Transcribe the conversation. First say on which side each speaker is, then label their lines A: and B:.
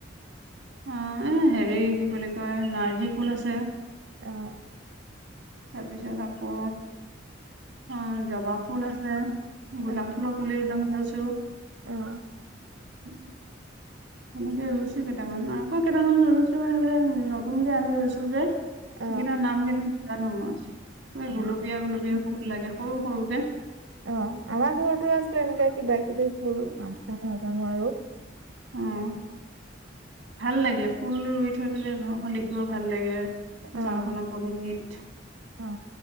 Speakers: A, on the right (about 65°); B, on the right (about 80°).
A: অ' এ হেৰি কি বুলি কয় নাৰ্জী ফুল আছে।
B: অহ।
A: তাৰপিছত আকৌ। অ' জবা ফুল আছে। গোলাপ
B: অ',
A: ফুলৰ পুলি মই লৈছো।
B: অ',
A: <inaudible> তেনেকে ৰুইছো কেইটামান আকৌ কেইটামানত ৰুইছো মানে এই নতুনকে আনি ৰুইছো যে। সেইকেইটাৰ
B: অ',
A: নাম কেইটা জানো মই
B: অ',
A: গুলপীয়া গুলপীয়া সেই লাগে সৰু সৰুকে
B: অ' আমাৰ ঘৰতো আছে এনেকে কিবা কিবি ভুল নাম চাম নাজানো আৰু।
A: অহ। ভাল লাগে ফুল ৰুই থৈ দিলে ঘৰখন দেখিব ভাল লাগে চোতালখনৰ
B: অ',
A: পদূলিত।
B: অ'।